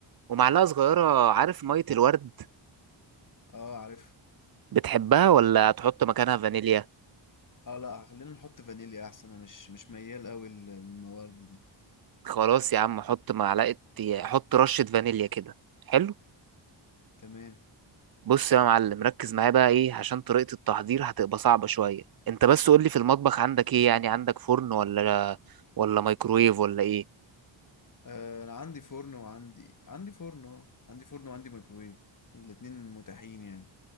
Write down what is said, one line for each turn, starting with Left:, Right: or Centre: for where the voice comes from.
Right: ومعلقة صغيرة عارف مية الورد
Left: اه عارف
Right: بتحبها ولا هتحط مكانها فانيليا
Left: اه لا خلينا نحط فانيليا احسن انا مش مش ميال قوي للموارد دي
Right: خلاص يا عم حط معلقة حط رشة فانيليا كده حلو
Left: تمام
Right: بص يا معلم ركز معايا بقى ايه عشان طريقة التحضير هتبقى صعبة شوية انت بس قولي في المطبخ عندك ايه يعني عندك فرن ولا ولا مايكرويف ولا ايه
Left: آه انا عندي فرن وعندي عندي فرن اه عندي فرن وعندي ميكروويف الاتنين متاحين يعني